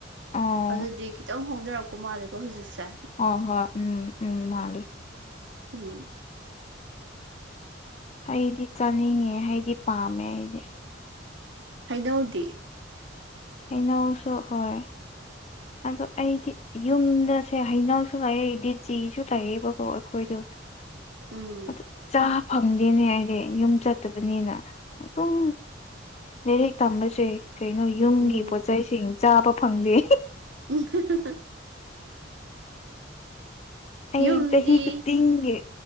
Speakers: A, on the left; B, on the right.
A: ꯑꯣ
B: ꯑꯗꯨꯗꯤ ꯈꯤꯇꯪ ꯍꯣꯡꯗꯔꯛꯄ ꯃꯥꯜꯂꯦꯀꯣ ꯍꯧꯖꯤꯛꯁꯦ
A: ꯎꯝ ꯍꯣꯏ ꯎꯝ ꯎꯝ ꯃꯥꯜꯂꯤ
B: ꯎꯝ
A: ꯑꯩꯗꯤ ꯆꯥꯅꯤꯡꯉꯦ ꯍꯩꯗꯤ ꯄꯥꯝꯃꯦ ꯑꯩꯗꯤ
B: ꯍꯩꯅꯧꯗꯤ
A: ꯍꯩꯅꯧꯁꯨ ꯍꯣꯏ ꯑꯗꯣ ꯑꯩꯗꯤ ꯌꯨꯝꯗꯁꯦ ꯍꯩꯅꯧ ꯁꯨꯉꯩꯗꯤ ꯂꯤꯆꯤꯁꯨ ꯂꯩꯑꯦꯕꯀꯣ ꯑꯩꯈꯣꯏꯗꯣ
B: ꯎꯝ
A: ꯑꯗꯨ ꯆꯥ ꯐꯪꯗꯦꯅꯦ ꯑꯩꯗꯤ ꯌꯨꯝ ꯆꯠꯇꯕꯅꯤꯅ ꯑꯗꯨꯝ ꯂꯥꯏꯔꯤꯛ ꯇꯝꯕꯁꯦ ꯀꯩꯅꯣ ꯌꯨꯝꯒꯤ
B: ꯎꯝ
A: ꯄꯣꯠꯆꯩꯁꯤꯡ ꯆꯥꯕ ꯐꯪꯗꯦ
B: ꯎꯝ ꯍꯥ ꯍꯥ
A: ꯑꯩ
B: ꯌꯨꯝꯗꯤ
A: ꯆꯍꯤ ꯈꯨꯗꯤꯡꯒꯤ